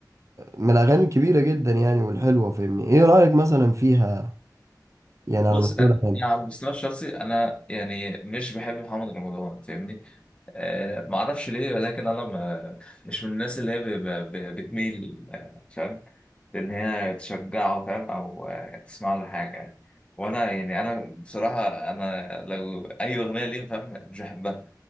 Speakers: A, on the right; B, on the left.
A: من الاغاني الكبيرة جدا يعني والحلوة فاهمني ايه رأيك مثلا فيها يعني على
B: بص
A: مستوى
B: انا
A: الاغاني
B: أنا على المستوى الشخصي انا يعني مش بحب محمد رمضان فاهمني آه ما اعرفش ليه ولكن انا ما مش من الناس اللي هي ب- ب- ب- بتميل آه، فاهم لان هي تشجعه فاهم او آه، تسمع له حاجه يعني وانا يعني انا بصراحه انا لو اي اغنيه ليه فاهم مش بحبها